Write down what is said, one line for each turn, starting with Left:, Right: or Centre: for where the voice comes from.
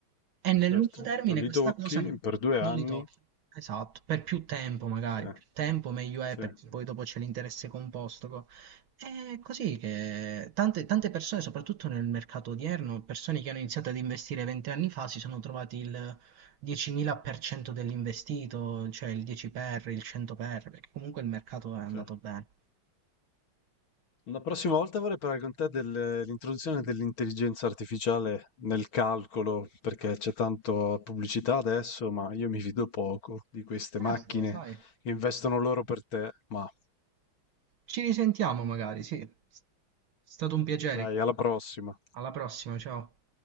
Right: E nel
Left: certo.
Right: lungo termine
Left: Non li
Right: questa
Left: tocchi
Right: cosa no,
Left: per due
Right: non
Left: anni.
Right: li tocchi. Esatto, per più tempo magari,
Left: Sì,
Right: più tempo meglio è
Left: sì,
Right: perché poi dopo c'è l'interesse composto. co- È così che tante, tante persone, soprattutto nel mercato odierno, persone che hanno iniziato ad investire 20 anni fa si sono trovati il 10.000% dell'investito, cioè il 10 per, il 100 per, perché comunque il mercato è andato
Left: sì.
Right: bene.
Left: La prossima volta vorrei parlare con te dell'introduzione dell'intelligenza artificiale nel calcolo, perché c'è tanto pubblicità adesso, ma io mi fido poco di queste
Right: Ah,
Left: macchine
Right: vabbè, sai,
Left: che investono loro per te. Ma
Right: ci risentiamo magari, sì. È stato un piacere.
Left: dai, alla prossima.
Right: Alla prossima, ciao.